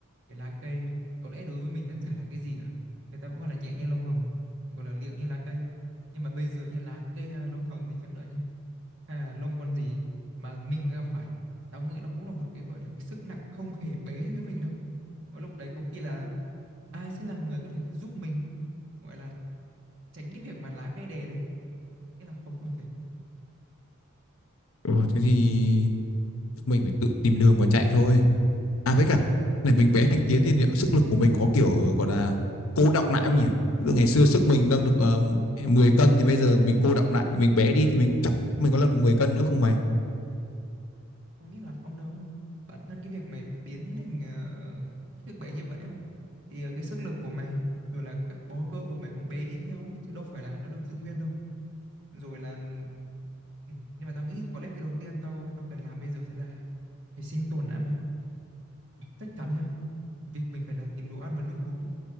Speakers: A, on the right; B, on the left.
A: cái lá cây có lẽ đối với mình nó chả là cái gì cả. Người ta vẫn gọi là nhẹ như lông hồng, gọi là liệng như lá cây. Nhưng mà bây giờ nha, lá cây hay là lông hồng đi chăng nữa nha, hay là lông con gì mà mình gặp phải, tao nghĩ nó cũng là một cái gọi là cái sức nặng không hề bé với mình đâu. Và lúc đấy có khi là ai sẽ là người có thể giúp mình gọi là tránh cái việc mà lá cây đè đây. Tôi nghĩ là không không thể
B: ừ, thế thì mình phải tự tìm đường mà chạy thôi À với cả này mình bé thành kiến thì liệu sức lực của mình có kiểu gọi là cô đọng lại không nhỉ? Từ ngày xưa sức mình nâng được uh, 10 cân thì bây giờ mình cô đọng lại, mình bé đi thì mình chắc mình có nâng được 10 cân nữa không mày?
A: Không nghĩ là không đâu. Bản thân cái việc mày biến thành ờ, cái kích thước bé như vậy á, thì ờ, cái sức lực của mày rồi là các bó cơ của mày cũng bé đi theo ấy, chứ đâu phải là nó được giữ nguyên đâu. Rồi là ừ. Nhưng mà tao nghĩ có lẽ việc đầu tiên tao tao cần làm bây giờ sẽ là phải sinh tồn đã mày ạ. Bảo- Chắc chắn nhá. Việc mình phải là tìm đồ ăn và nước uống.